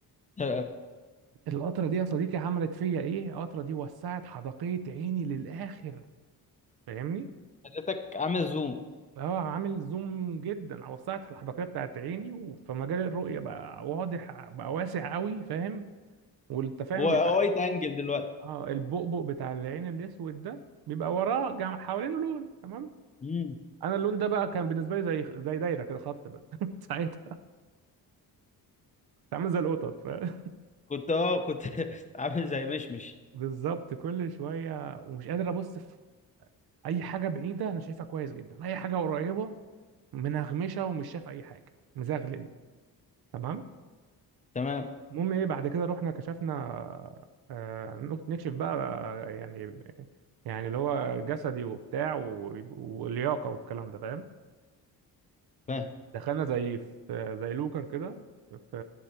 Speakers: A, on the left; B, on the right.
A: آه،
B: القطره دي يا صديقي عملت فيا ايه القطره دي وسعت حدقيه عيني للاخر فاهمني
A: حضرتك عامل زوم
B: اه عامل زوم جدا على وسعت الحدقية بتاعت عيني و- فمجال الرؤية بقى واضح بقى واسع قوي فاهم والتفاهم
A: وايد
B: فاهم بيبقى
A: انجل دلوقتي
B: اه البؤبؤ بتاع العين الاسود ده بيبقى وراه جم... حوالينه لون تمام
A: مم.
B: انا اللون ده بقى كان بالنسبة لي زي زي دايرة كده خط بس <laughs> ساعتها كنت عامل زي القطط فاهم؟
A: كنت اه كنت <laughs> عامل زي مشمش
B: <laughs> بالظبط كل شوية ومش قادر ابص في اي حاجة بعيدة انا شايفها كويس جدا اي حاجة قريبة منغمشة ومش شايف اي حاجة مزغلل تمام
A: تمام
B: المهم ايه بعد كده رحنا كشفنا آه، نك- نكشف بقى آه، يعني يعني اللي هو جسدي وبتاع و- واللياقه والكلام ده فاهم
A: فاهم
B: دخلنا زي في زي لوكر كده في